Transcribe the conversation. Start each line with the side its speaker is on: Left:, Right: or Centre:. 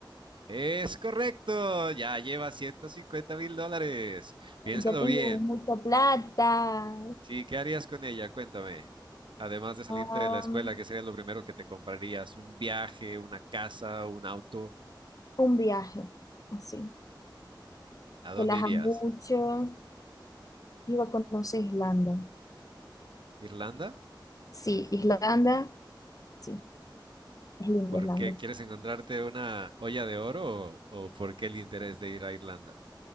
Right: Es correcto, ya lleva ciento cincuenta mil dólares. Piénsalo
Left: Ya tengo
Right: bien,
Left: mucha plata.
Right: Sí, ¿qué harías con ella? Cuéntame. Además de salirte
Left: Am,
Right: de la escuela, ¿qué sería lo primero que te comprarías? ¿Un viaje, una casa, un auto?
Left: un viaje. Así.
Right: ¿A dónde
Left: Que las
Right: irías?
Left: amo mucho. Iba a conocer Irlanda.
Right: ¿Irlanda?
Left: Sí, Islanda, Sí, es linda
Right: ¿Por
Left: Islanda.
Right: qué quieres encontrarte una olla de oro o, o por qué el interés de ir a Irlanda?